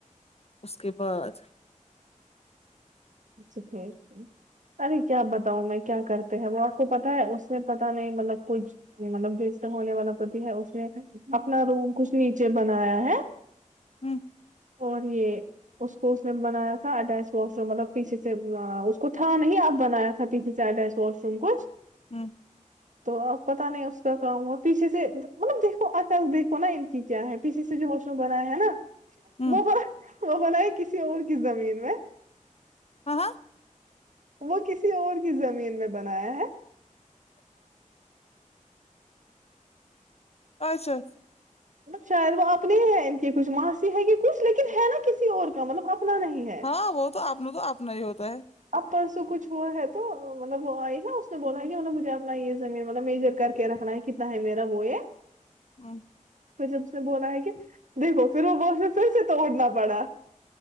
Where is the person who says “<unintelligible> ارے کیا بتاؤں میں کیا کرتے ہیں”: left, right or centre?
Right